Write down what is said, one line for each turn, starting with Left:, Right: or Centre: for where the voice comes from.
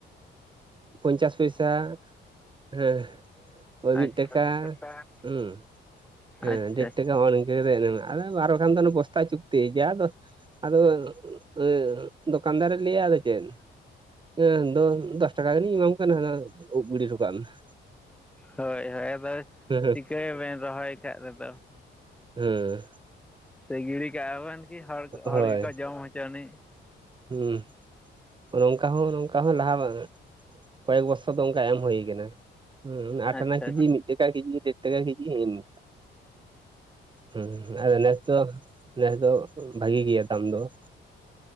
Right: ᱯᱚᱧᱪᱟᱥ ᱯᱚᱭᱥᱟ᱾ ᱦᱮᱸ ᱳᱭ
Centre: ᱟᱪᱪᱷᱟ
Right: ᱢᱤᱫ ᱴᱟᱠᱟ ᱦᱩᱸ ᱦᱮᱸ
Centre: ᱟᱪᱪᱷᱟ
Right: ᱰᱮᱴ ᱴᱟᱠᱟ ᱦᱚᱜᱼᱚ ᱱᱤᱝ <unintelligible> ᱟᱨ ᱵᱟᱝᱠᱷᱟᱱ ᱫᱚ ᱵᱚᱥᱛᱟ ᱪᱩᱠᱛᱤ ᱡᱟ ᱫᱚᱥ ᱟᱫᱚ ᱩᱸᱦ ᱫᱚᱠᱟᱱ ᱫᱟᱨᱮ ᱞᱟᱹᱭᱟ ᱟᱫᱚ ᱪᱮᱫ? ᱩᱸᱦ ᱫᱳ ᱫᱚᱥ ᱴᱟᱠᱟ ᱜᱟᱱ ᱤᱧ ᱮᱢᱟᱢ ᱠᱟᱱᱟ ᱦᱟᱱᱟ ᱩᱵ ᱜᱤᱰᱤ ᱦᱚᱴᱚᱠᱟᱜ ᱢᱮ ᱾
Centre: ᱦᱳᱭ ᱦᱳᱭ ᱟᱫᱚ
Right: ᱦᱮᱸ
Centre: ᱪᱤᱠᱟᱹᱭᱟᱵᱤᱱ ᱨᱚᱦᱚᱭ ᱠᱟᱜ ᱨᱮᱫᱚ
Right: ᱦᱩᱸ᱾
Centre: ᱥᱮ ᱜᱤᱲᱤ ᱠᱟᱜᱼᱟ ᱵᱮᱱ ᱠᱤ ᱦᱚᱲ ᱦᱚᱲ
Right: ᱦᱳᱭ
Centre: ᱜᱮᱠᱚ ᱡᱚᱢ ᱦᱚᱪᱚ ᱱᱤᱡ
Right: ᱦᱩᱸ᱾ ᱱᱚᱝᱠᱟ ᱦᱚᱸ ᱱᱚᱝᱠᱟ ᱦᱚᱸ ᱞᱟᱦᱟ <unintelligible> ᱠᱚᱭᱮᱠ ᱵᱚᱨᱥᱚ ᱫᱚ ᱚᱱᱠᱟ ᱮᱢ ᱦᱩᱭ ᱟᱠᱟᱱᱟ᱾ ᱦᱩᱸ ᱟᱴᱷᱱᱟ
Centre: ᱟᱪᱪᱷᱟ
Right: ᱠᱤᱡᱤ ᱢᱤᱫ ᱴᱟᱠᱟ ᱠᱤᱡᱤ ᱰᱮᱴ ᱴᱟᱠᱟ ᱠᱤᱡᱤ ᱤᱱᱠᱟ᱾ ᱦᱩᱸ ᱦᱩᱸ ᱟᱨ ᱱᱮᱥ ᱫᱚ ᱱᱮᱥ ᱫᱚ ᱵᱷᱟᱹᱜᱤ ᱜᱮᱭᱟ ᱫᱟᱢ ᱫᱚ ᱾